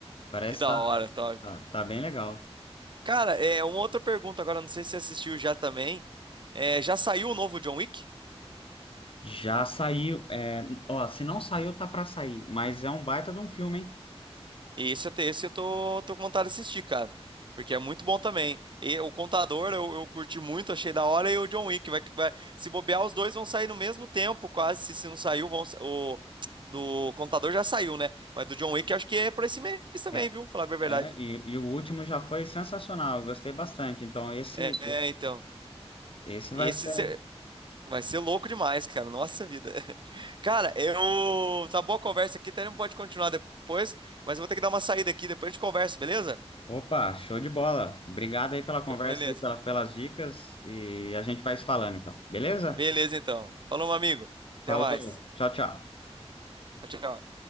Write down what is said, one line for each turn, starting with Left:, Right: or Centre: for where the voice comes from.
Left: Parece
Right: Que da
Left: que
Right: hora, top.
Left: tá, tá, tá bem legal.
Right: Cara, é uma outra pergunta agora, não sei se você assistiu já também. É, já saiu o novo John Wick?
Left: Já saiu, é, ó, se não saiu, tá pra sair, mas é um baita de um filme, hein?
Right: E Esse, até esse eu tô, tô com vontade de assistir, cara. Porque é muito bom também. E o Contador eu, eu curti muito, achei da hora. E o John Wick vai, vai- se bobear, os dois vão sair no mesmo tempo, quase. Se, se não saiu, vão, sa- o do Contador já saiu, né? Mas do John Wick acho que é pra esse mês também,
Left: É,
Right: viu? Falar bem a verdade.
Left: é, e, e o último já foi sensacional, eu gostei bastante. Então esse,
Right: É, é, então.
Left: esse vai
Right: Esse
Left: ser.
Right: cê- vai ser louco demais, cara. Nossa vida. <laughs> Cara, eu. Tá boa a conversa aqui, até não pode continuar depois. Mas eu vou ter que dar uma saída aqui, depois a gente conversa, beleza?
Left: Opa, show de bola. Obrigado aí pela conversa
Right: Beleza.
Left: aí, pela, pelas dicas e a gente vai se falando então, beleza?
Right: Beleza, então. Falou, meu amigo. Até
Left: Falou,
Right: mais.
Left: tchau, tchau.
Right: Tchau, tchau.